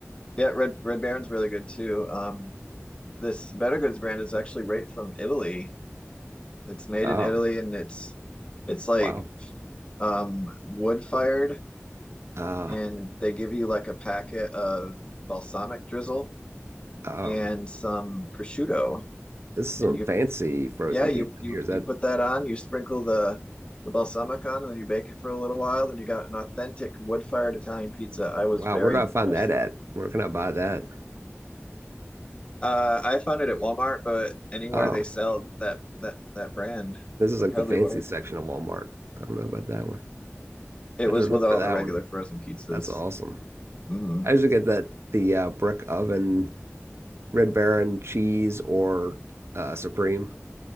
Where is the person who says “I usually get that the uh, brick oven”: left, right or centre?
Right